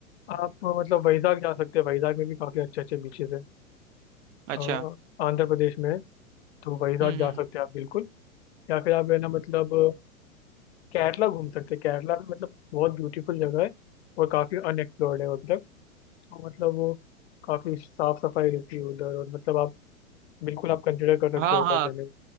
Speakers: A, on the left; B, on the right.
A: आप मतलब वैजाग जा सकते हैं वैजाग में भी काफ़ी अच्छे अच्छे बीचेस हैं अ,
B: अच्छा
A: आंध्र प्रदेश में है, तो वैजाग
B: हम्म
A: जा
B: हम्म
A: सकते हैं आप बिल्कुल या फिर आप है ना मतलब केरला घूम सकते हैं केरला भी मतलब बहुत ब्यूटीफुल जगह है और काफ़ी अनएक्सप्लोर्ड है अभी तक और मतलब वो काफी साफ सफाई रहती है उधर और मतलब आप बिल्कुल आप कंसिडर कर
B: हाँ
A: सकते हो उधर
B: हाँ
A: जाने का।